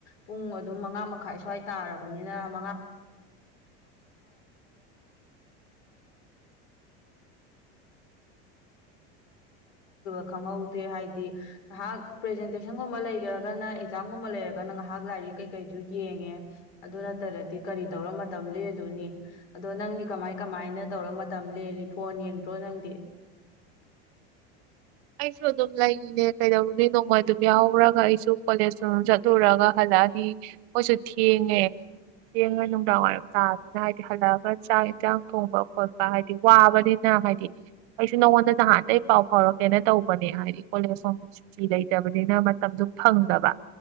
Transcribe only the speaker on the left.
ꯄꯨꯡ ꯑꯗꯨꯝ ꯃꯉꯥ ꯃꯈꯥꯏ ꯁ꯭ꯋꯥꯏ ꯇꯥꯔꯕꯅꯤꯅ ꯍꯧ ꯈꯪꯍꯧꯗꯦ ꯍꯥꯏꯗꯤ ꯉꯥꯏꯍꯥꯛ ꯄ꯭ꯔꯖꯇꯦꯟꯒꯨꯝꯕ ꯑꯦꯛꯥꯝꯒꯨꯝꯕ ꯉꯥꯏꯍꯥꯛ ꯂꯔꯤ ꯀꯩꯉ ꯑꯗꯨ ꯅꯠꯇ꯭ꯔꯗꯤ ꯀꯔꯤ ꯇꯧꯔ ꯃꯇꯝ ꯂꯦꯜꯂꯅꯤ ꯑꯗꯣ ꯅꯪꯗꯤ ꯀꯃꯥꯏ ꯀꯃꯥꯏꯅ ꯇꯧꯔ ꯃꯇꯝ ꯂꯦꯜꯂꯤ ꯐꯣꯟ ꯌꯦꯡꯗ꯭ꯔꯣ ꯅꯪꯗꯤ